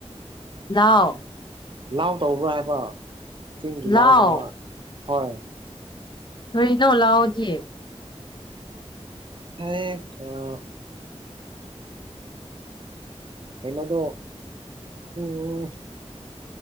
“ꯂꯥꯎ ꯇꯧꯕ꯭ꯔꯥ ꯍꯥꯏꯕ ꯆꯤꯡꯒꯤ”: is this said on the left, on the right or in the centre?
Right